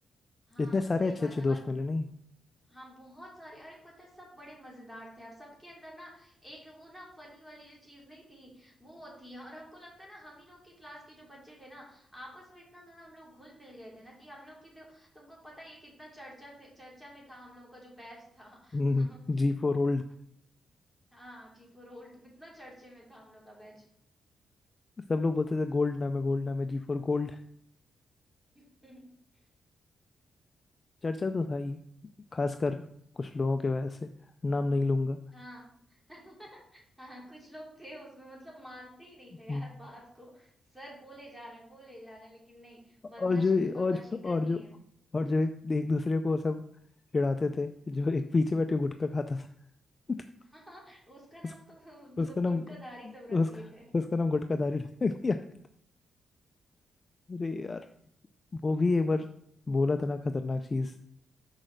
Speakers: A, in the centre; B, on the left (about 30°).
A: हाँ
B: इतने सारे
A: सही
B: अच्छे
A: बात
B: अच्छे
A: है
B: दोस्त
A: और
B: मिले नहीं
A: हाँ बहुत सारे अरे पता है सब बड़े मजेदार थे यार सबके अंदर ना एक वो ना फनी वाली जो चीज नहीं थी वो थी और हमको लगता है ना हम ही लोग की क्लास के जो बच्चे थे ना आपस में इतना ज्यादा हम लोग घुल मिल गए थे ना कि हम लोग की तो तुमको पता ही है कितना चर्चा थे, चर्चा में था हम लोग का जो बैच था
B: हम्म
A: <laughs>
B: जी फॉर ओल्ड
A: हाँ जी फोर होल्ट इतना चर्चे में था हम लोग का बैच
B: सब लोग बोलते थे गोल्ड नाम है गोल्ड नाम है जी फॉर गोल्ड
A: <laughs>
B: चर्चा तो था ही खासकर कुछ लोगों के वजह से नाम नहीं लूंगा
A: हाँ <laughs> हाँ कुछ लोग थे उसमें मतलब मानते ही नहीं
B: <laughs>
A: थे यार बात को सर बोले जा रहे हैं बोले जा रहे हैं लेकिन नहीं बदमाशी
B: और जो
A: पे बदमाशी
B: और जो और
A: करनी
B: जो
A: है
B: और जो एक, एक दूसरे को सब चिढ़ाते थे जो एक पीछे बैठ के गुटखा खाता था <laughs> तो
A: हाँ उसका नाम
B: उस,
A: तो <laughs> मतलब
B: उसका नाम
A: गुटखाधारी सब रख
B: उसका
A: दिए थे
B: उसका नाम गुटखाधारी रख दिया गया था। अरे यार वो भी एक बार बोला था ना खतरनाक चीज